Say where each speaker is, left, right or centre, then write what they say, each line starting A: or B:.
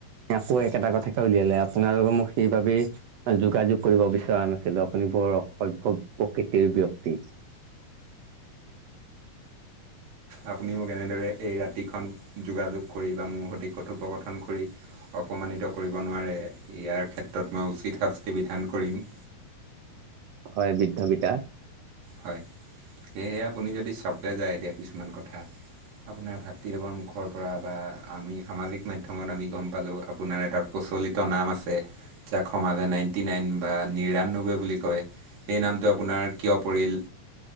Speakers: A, on the right; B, on the right.
A: আকৌ একেটা কথাকে উলিয়ালে, আপোনালোকো মোক সেইবাবেই যোগাযোগ কৰিব বিচৰা নাছিলো, আপুনি বৰ অসভগ্য প্ৰকৃতিৰ ব্যক্তি।
B: আপুনি মোক এনেদৰে এই ৰাতিখন যোগাযোগ কৰি বা মোৰ সতি কথোপকথন কৰি অপমানিত কৰিব নোৱাৰে, ইয়াৰ ক্ষেত্ৰত মই উচিত শাস্তি বিধান কৰিম।
A: হয় বৃদ্ধ পিতা।
B: হয়, সেয়েহে আপুনি যদি চাওতে যায় এতিয়া কিছুমান কথা। আপোনাৰ ভাতৃদেৱৰ মুখৰ পৰা বা আমি সামাজিক মাধ্যমত আমি গম পালো আপোনাৰ এটা প্ৰচলিত নাম আছে। যাক সমাজে নাইনটি নাইন বা নিৰানব্বৈ বুলি কয়, সেই নামটো আপোনাৰ কিয় পৰিল,